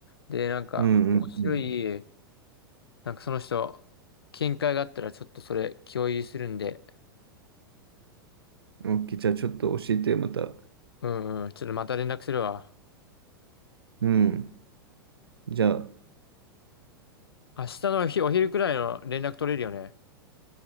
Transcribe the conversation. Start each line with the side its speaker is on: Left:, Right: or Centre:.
Left: で、なんか、
Right: うんうんうん。
Left: 面白い、なんかその人、見解があったらちょっとそれ共有するんで、
Right: OK、じゃあちょっと教えて、また。
Left: うんうん、ちょっとまた連絡するわ。
Right: うん。じゃあ、
Left: 明日のお昼お昼くらいの連絡取れるよね。